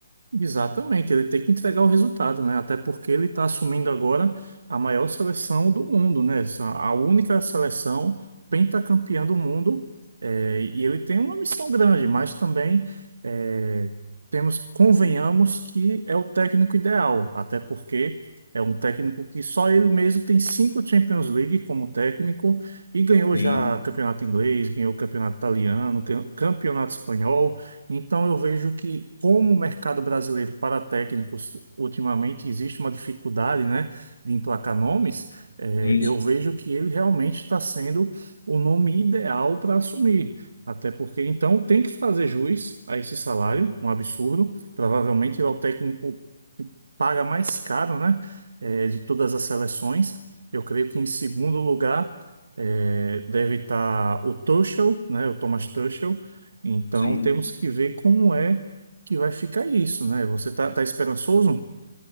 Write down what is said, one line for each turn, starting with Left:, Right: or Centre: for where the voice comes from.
Right: Exatamente, ele tem que entregar o resultado, né? Até porque ele está assumindo agora a maior seleção do mundo, né? Essa- A única seleção pentacampeã do mundo, é, e ele tem uma missão grande, mas também é, temos, convenhamos que é o técnico ideal, até porque é um técnico que só ele mesmo tem cinco Champions League como técnico e ganhou
Left: Sim,
Right: já campeonato inglês, ganhou campeonato italiano, ganhou campeonato espanhol. Então, eu vejo que, como o mercado brasileiro para técnicos, ultimamente existe uma dificuldade, né, de emplacar nomes, eh,
Left: sim,
Right: eu vejo que ele realmente está sendo o nome ideal para assumir. Até porque, então, tem que fazer jus a esse salário, um absurdo. Provavelmente ele é o técnico que paga mais caro, né, eh, de todas as seleções. Eu creio que, em segundo lugar, eh, deve estar o Tuchel, né, o Thomas Tuchel então
Left: sim.
Right: temos que ver como é que vai ficar isso, né? Você tá, tá esperançoso?